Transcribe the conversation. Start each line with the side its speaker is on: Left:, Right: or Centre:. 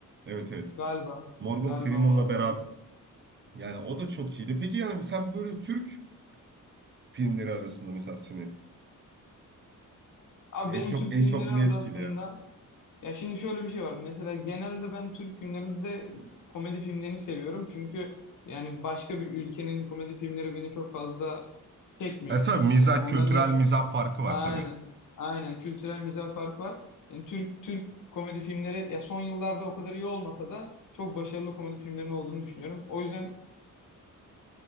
Right: Evet evet.
Left: galiba,
Right: Morgan
Left: galiba
Right: Freeman'la
Left: Morgan
Right: beraber
Left: Freeman.
Right: yani o da çok iyiydi. Peki yani sen böyle Türk filmleri arasında mesela seni
Left: Abi
Right: en
Left: benim
Right: çok
Left: Türk
Right: en
Left: filmleri
Right: çok ne
Left: arasında
Right: etkiliyor?
Left: ya şimdi şöyle bir şey var. Mesela genelde ben Türk filmlerinde de komedi filmlerini seviyorum. Çünkü yani başka bir ülkenin komedi filmleri beni çok fazla çekmiyor
Right: E
Left: açıkçası.
Right: tabii mizah
Left: Yani onların
Right: kültürel
Left: esmer
Right: mizah farkı
Left: Aynen.
Right: var tabii.
Left: Aynen. Kültürel mizah farkı var. Yani Türk Türk komedi filmleri ya son yıllarda o kadar iyi olmasa da çok başarılı komedi filmlerinin olduğunu düşünüyorum. O yüzden